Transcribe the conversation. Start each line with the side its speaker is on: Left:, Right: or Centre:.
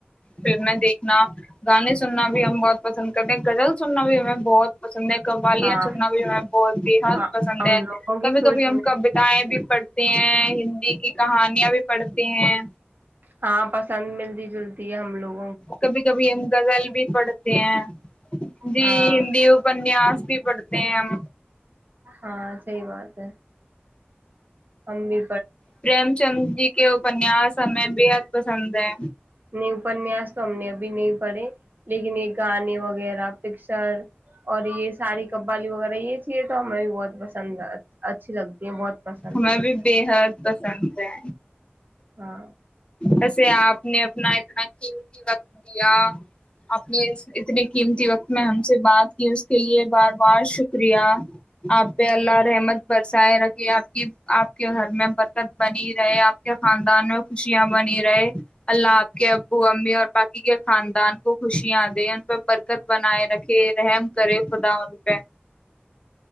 Left: پھرنا دیکھنا گانے سننا بھی ہم بہت پسند کرتے ہیں زل سننا بھی ہم میں بہت قوالیاں
Right: ہاں
Left: چننا بھی ہمیں بہت بےحد
Right: ہاں
Left: پسند
Right: ہم
Left: ہے
Right: لوگوں کی
Left: کبھی
Right: سوچ
Left: کبھی
Right: میں
Left: ہم کتایں بھی پڑھ ہیں ہندی کی کہانیاں بھی پڑھتے ہیں
Right: ہاں پسند ملتی جلتی ہے ہم لوگ
Left: کبھی کبھی ہم غغل بھی پڑھتے ہیں جی
Right: ہاں
Left: ہندی اپنیاس بھی پڑھتے ہیں ہم
Right: ہاں سحی بات ہے امی
Left: پریم چند جی کے او پنیاسیں بےحد پسند ہے
Right: نہیں اپنیاس تو ہم نے ابھی نہیں پڑھے لیکن یہ گانے وغیرہ پکچر اور یہ ساری قوالی وغیرہ یہ چیے تو ہمیں بھی بہت پسند اچھی لگتی ہے بہت پسند
Left: ہمیں
Right: ہے
Left: بھی بےحد پسند ہے
Right: ہاں
Left: ویسے آپ نے اپنا اتنا قیمتی وقت دیا آپ نے اتنے قیمتی وقت میں ہم سے بات کی اس کے لیے بار بار شکریہ آپ پہ اللہ رحمت برسہ ہے نہ کہ آپ کی آپ گھر میں ہم برکت بنی ہی رہے آپ کیا خاندان میں خوشیاں بنی رہے اللہ آپ کے ابو امی اور باقی کے خاندان کو خوشیاں دے ان پہ برکت بنائے رکھے رہ کرے خد ر پہ